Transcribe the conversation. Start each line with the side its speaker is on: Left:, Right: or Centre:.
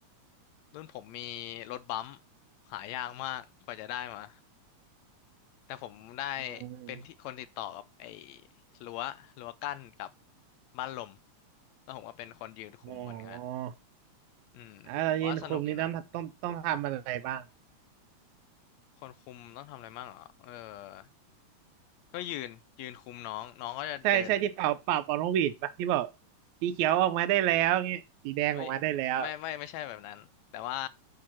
Left: รุ่นผมมีรถบัมป์หายากมากกว่าจะได้มาแต่ผมได้
Right: อืม
Left: เป็นที่คนติดต่อกับไอ้รั้วรั้วกั้นกับบ้านลมแล้วผมก็เป็นคนยืนคุมมันงาน
Right: อ๋อ
Left: อืมผมว่าสนุกอยู่นะ
Right: อ่ะเรายืนคุมนี่ต้องต้องต้องทำอะไรบ้าง
Left: คนคุมต้องทำอะไรบ้างเหรอเออก็ยืนยืนคุมน้องน้องก็จะเดิน
Right: ใช่ใช่ที่เป่าเป่าเป่านกหวีดปะที่บอกสีเขียวออกมาได้แล้วเงี้ยสีแดงออกมาได้แล้ว
Left: เอ้ยไม่ไม่ไม่ใช่แบบนั้นแต่ว่า